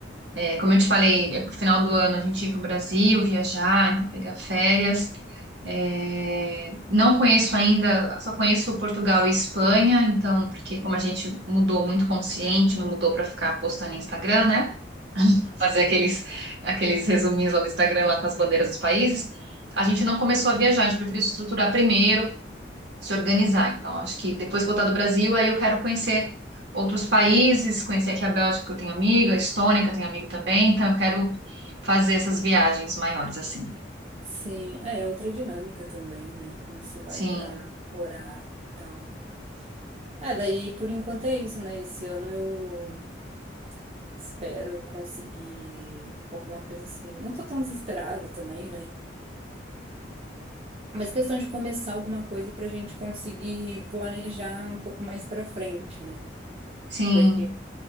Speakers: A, on the right (about 70°); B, on the right (about 35°).
A: é, como eu te falei, é pro final do ano a gente ir para o Brasil, viajar, então pegar férias. É, não conheço ainda, só conheço Portugal e Espanha, então, porque como a gente mudou muito consciente, não mudou para ficar postando no Instagram, né? Fazer aqueles, aqueles resuminhos lá do Instagram, lá com as bandeiras dos países, a gente não começou a viajar, a gente preferiu se estruturar primeiro, se organizar. Então, acho que depois que voltar do Brasil, aí eu quero conhecer outros países, conhecer aqui a Bélgica, que eu tenho amiga, a Estônia, que eu tenho amigo também, então eu quero fazer essas viagens maiores, assim.
B: Sim, é é outra dinâmica também, né? Quando você vai
A: Sim,
B: pra morar e tal. É, daí por enquanto é isso, né? Esse ano eu espero conseguir alguma coisa assim. Não tô tão desesperada também, né? Mas questão de começar alguma coisa pra gente conseguir planejar um pouco mais pra frente, né?
A: sim,
B: porque